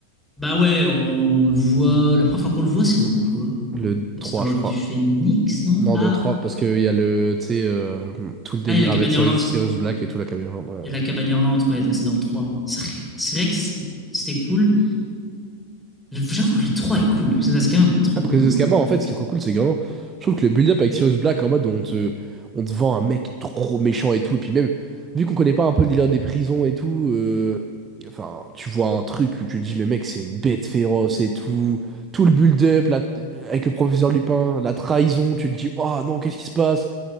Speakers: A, in the centre; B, on the right.
A: Bah ouais, on, le voit, la première fois qu'on le voit, c'est dans quoi?
B: Le
A: Bah,
B: 3,
A: C'est dans l'ordre
B: je crois.
A: du phénix, non?
B: Non,
A: Ah,
B: dans le 3, parce qu'il y a le, tu sais, euh, tout le délire
A: Ah, il y a la cabane
B: avec Sirius,
A: hurlante.
B: Sirius Black et tout la camionnette. Ouais.
A: Il y a la cabane hurlante, ouais, donc c'est dans le 3. C'est vrai, c'est vrai que c- c'était cool. J'avoue que le 3 est cool. Le Crimson Cascade, ouais, trop
B: Après
A: cool.
B: les escamins, en fait, ce qui est trop cool, c'est que vraiment, je trouve que le build-up avec Sirius Black en mode où on te, on te vend un mec trop méchant et tout, et puis même, vu qu'on connaît pas un peu le délire des prisons et tout, euh, enfin, tu vois un truc où tu te dis le mec c'est une bête féroce et tout, tout le build-up là, avec le professeur Lupin, la trahison, tu te dis, oh non, qu'est-ce qui se passe?